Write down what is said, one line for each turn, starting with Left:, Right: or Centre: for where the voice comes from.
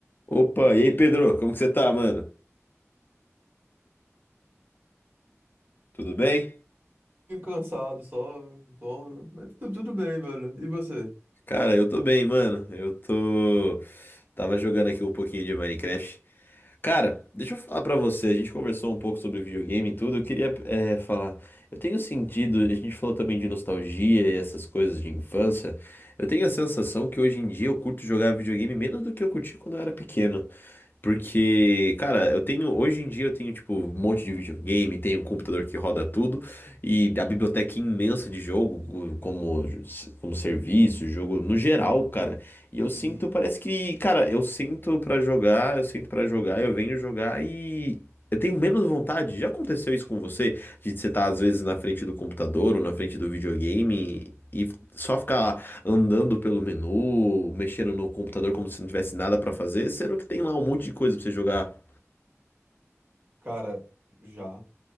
Left: Opa, e aí Pedro, como que você tá, mano? Tudo bem?
Right: pouquinho cansado, só sono, mas tudo, tudo bem, velho. E você?
Left: Cara, eu tô bem, mano. Eu tô. Tava jogando aqui um pouquinho de Minecraft. Cara, deixa eu falar pra você. A gente conversou um pouco sobre videogame e tudo. Eu queria é, falar. Eu tenho sentido. A gente falou também de nostalgia e essas coisas de infância. Eu tenho a sensação que hoje em dia eu curto jogar videogame menos do que eu curtia quando eu era pequeno. Porque, cara, eu tenho, hoje em dia eu tenho, tipo, um monte de videogame, tenho um computador que roda tudo, e a biblioteca é imensa de jogo, como, como serviço, jogo no geral, cara. E eu sinto,
Right: Uhum.
Left: parece que, cara, eu sinto pra jogar, eu sinto pra jogar, eu venho jogar e eu tenho menos vontade. Já aconteceu isso com você? de você estar às vezes na frente do computador ou na frente do videogame e só ficar andando pelo menu, mexendo no computador como se não tivesse nada pra fazer, sendo que tem lá um monte de coisa pra você jogar.
Right: Cara, já,